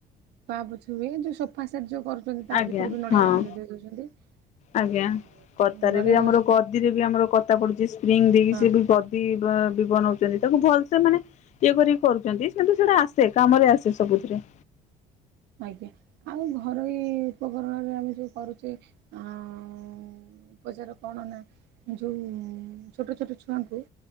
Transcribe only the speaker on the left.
ଆଜ୍ଞା
ହଁ
ଆଜ୍ଞା,
କତାରେ
ବି ଆମର ଗଦିରେ ବି ଆମର କତା ପଡୁଛି, ସ୍ପ୍ରିଙ୍ଗ ଦେଇକି
ସିଏବି ‌। ଗଦି ବ ବି ବନଉଛନ୍ତି, ତାକୁ ଭଲସେ ମାନେ। ଇଏ କରିକି କରୁଛନ୍ତି କିନ୍ତୁ ସେ ରା ଆସେ, କାମରେ ଆସେ ସବୁଥିରେ।